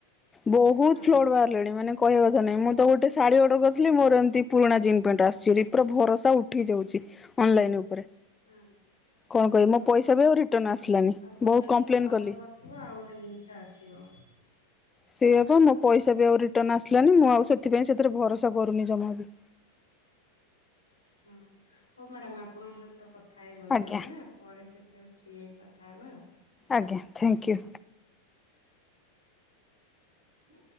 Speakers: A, on the left; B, on the left.
A: ବହୁତ
B: ହଁ
A: ଫ୍ଲଡ ବାହାରିଲେଣି ମାନେ କହିବା କଥା ନାଇଁ ମୁଁ ତ ଗୋଟେ ଶାଢ଼ୀ ଅର୍ଡର କରିଥିଲି। ମୋର ଏମିତି ପୁରୁଣା ଜିନ୍ ପ୍ୟାଣ୍ଟ ଆସିଛି ପୁରା ଭରସା ଉଠି ଯାଉଛି ଅନଲାଇନ ଉପରେ।
B: ହଁ
A: କଣ କହିବି
B: ହଁ
A: ମୋ ପଇସା ବି ଆଉ ରିଟର୍ଣ୍ଣ ଆସିଲାନି
B: ଆଉ ଗୋଟେ
A: ବହୁତ କମ୍ପ୍ଲେନ
B: ଜିନିଷ ଅର୍ଡ଼ର
A: କଲି।
B: କରିଥିବ ଆଉ ଗୋଟେ ଜିନିଷ ଆସିବ।
A: ସେଇଆ ପା ମୋ ପଇସା ବି ଆଉ ରିଟର୍ନ ଆସିଲାନି ମୁଁ ଆଉ ସେଥିପାଇଁ ସେଥିରେ ଭରସା କରୁନି ଜମା ବି।
B: ହଁ ହଉ ମ୍ୟାଡ଼ାମ୍ ଆପଣଙ୍କ ସହିତ କଥା ଥାଇ ଭଲ
A: ଆଜ୍ଞା
B: ଲାଗିଲା ପରେ କେତେବେଳେ ଫ୍ରି ହେଇ କଥା ହବା ଆଉ
A: ଆଜ୍ଞା ଥ୍ୟାଙ୍କୟୁ।
B: ହଁ।